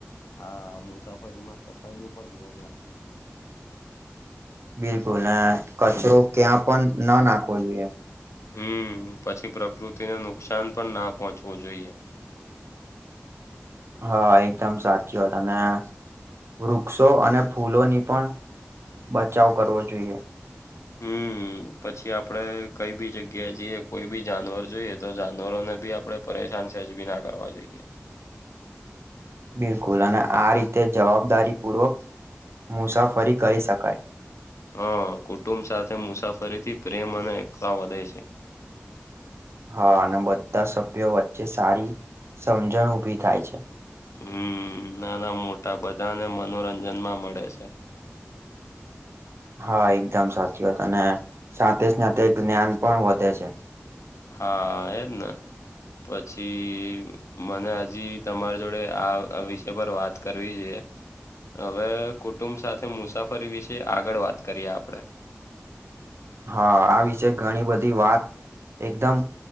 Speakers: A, on the left; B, on the right.
A: હા. મુસાફરી માં સફાઈ નું પણ ધ્યાન રાખવું જોઈએ.
B: બિલકુલ. અહ કચરો ક્યાં પણ ન નાખવો જોઈએ.
A: હમ્મ. પછી પ્રકૃતિને નુકસાન પણ ના પહોંચવું જોઈએ.
B: હા, એકદમ સાચી વાત. અને વૃક્ષો અને ફૂલોની પણ બચાવ કરવો જોઈએ
A: હમ્મ. પછી આપડે કઈ બી જગ્યાએ જઈએ કોઈ બી જાનવર જોઈએ તો, જાનવરોને બી આપડે પરેશાન સહેજ બી ના કરવા જોઈએ.
B: બિલકુલ. અને આ રીતે જવાબદારી પૂર્વક મુસાફરી કરી શકાય.
A: હા. કુટુંબ સાથે મુસાફરીથી પ્રેમ અને એકતા વધે છે.
B: હા. અને બધા સભ્યો વચ્ચે સારી સમજણ ઊભી થાય છે.
A: હમ્મ, નાના મોટા બધાને મનોરંજન માં મળે છે.
B: હા એકદમ સાચી વાત, અને સાથે-સાથે જ્ઞાન પણ વધે છે.
A: હા એજ ને. પછી મને હજી તમારી જોડે આ વિષય પર વાત કરવી જોઈએ. હવે કુંટુંબ સાથે મુસાફરી વિશે આગળ વાત કરીએ આપણે.
B: હા, આ વિશે ઘણી બધી વાત એકદમ